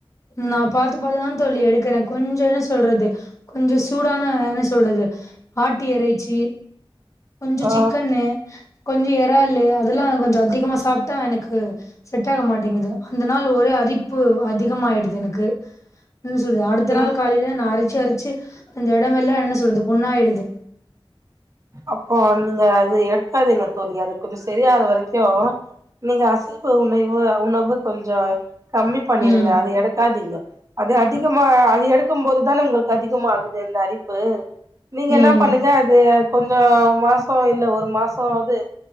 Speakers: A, on the left (about 35°); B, on the right (about 35°).
A: நா பாார்த்து பார்த்துதா தோலி எடுக்கிற கொஞ்சோ என்ன சொல்றது கொஞ்சோ சூடான என்ன சொல்றது ஆட் ட்டி இறைச்சி கொஞ்சோ
B: ஆ
A: சிக்கனூ கொஞ்ச எறாலு அதால கொஞ்சோ அதிகமா சாப்ட்டா எனக்கு செட் ஆக மாட்டேங்குது அந்த நாள் ஒரே அரிப்பு அத் அதிகமா ஆயிடுது எனக்கு என்ன சொல்றது அடுத்த
B: ம்
A: நாள் காலயில நா அரச்ச அரிப் அந்த இடம் எல்லா என்ன சொல்றது புன்னாஆயிடுது
B: அப்போ அந்த அது எடுக்காதீங்க தோழி அது கொஞ்சோ சரியார வரைக்கு நீங்க அசைவ உணவு உணவு கொஞ்சோ கம்மி பண்ணிருங்க
A: ம்
B: அது எடுக்காதீங்க அது அதிகமா அது எடுக்கும் போதுதானே உங்களுக்கு அதிகமாகுது இந்த அரிப்பு நீங்க
A: ம்
B: என்ன பண்ணுங்க அது கொஞ்சோ மாசோ இல்ல ஒரு மாசோ சோ அது